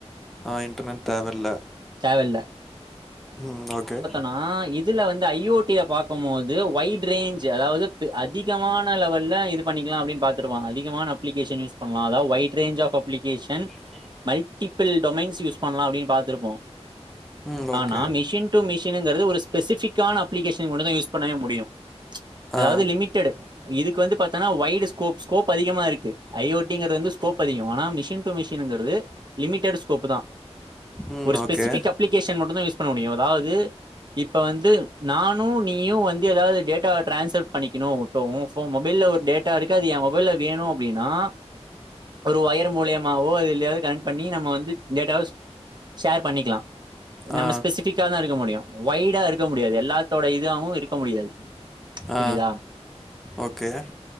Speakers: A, in the centre; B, on the right.
A: ஆ இன்டர்நெட் தேவல்ல.
B: தேவ இல்ல
A: ம் ஓகே
B: நா இதுல வந்து ஐ ஓ டிய பாக்கும்போது ஒய்ட் ரேஞ்சு அதாவது அதிகமான லெவெல்ல இது பண்ணிக்கலா அப்டின் பாத்துருப்பாங்க அதிகமான அப்ளிகேஸன் யூஸ் பண்ணலா அதாவ் wide range of application
A: <inaudible>
B: multiple domains use பண்ணலா அப்டின் பாத்துருப்போ
A: ம் ஓகே.
B: ஆனா மிஷின் டூ மிஷின்ங்கறது ஒரு ஸ்பெசிபிக்கான அப்ளிகேஷன் ஒன்னுதா யூஸ் பண்ணவே முடியு அதாவது
A: ஆ,
B: லிமிட் டெடு இதுக்கு வந்து பத்தனா ஒய்டு ஸ்கோப் ஸ்கோப் அதிகமா இருக்கு ஐ ஓ டி ங்கறது வந்து ஸ்கோப் அதிகோ ஆனா மிஷின் டூ மிஷின்ங்கறது லிமிடெட்டு ஸ்கோப்புதா
A: ம்
B: ஒரு ஸ்பெசிபிக்
A: ஓகே.
B: அப்ளிகேஷன் மட்டுந்தா யூஸ் பண்ண முடியு அதாவ்து இப்ப வந்து நானு நீயு வந்து எதாவது டேட்டா ட்ரான்ஸ்ஃபர் பண்ணிக்கணு இப்போ உ மொபைல்ல ஒரு டேட்டா இருக்கு அது எ மொபைல்ல வேணு அப்டின்னா ஒரு ஒயரு மூலியமாவோ அது எல்லியாவது கனெக்ட் பண்ணி நம்ம வந்து டேட்டா ஹவுஸ் ஷேர் பண்ணிக்கலா நம்ம
A: ஆ,
B: ஸ்பெசிபிக்காதா இருக்க முடியு ஒய்டா இருக்க முடியாது எல்லாத்தோட இதாவு இருக்க முடியாது புரியுதா
A: ஆ ஓகே